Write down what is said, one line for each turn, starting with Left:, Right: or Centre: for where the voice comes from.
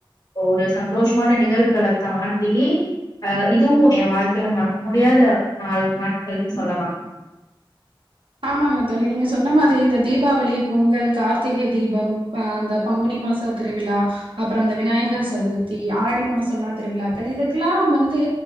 Left: ஒரு சந்தோஷமான நிகழ்வுகள தாண்டி அ இதுவும் ஏ வாழ்க்கைல மறக்க முடியாத நாலு நாட்கள்னு சொல்லலாம்
Right: ஆமாங்க தோழி நீங்க சொன்ன மாரி இந்த தீபாவளி பொங்கல் கார்த்திகை தீபம் அ அந்த பங்குனி மாசா திருவிழா அப்புற அந்த விநாயகர் சதுர்த்தி ஆடி மாசோல்லா திருவிழாக்கள் இதுக்கெல்லா வந்து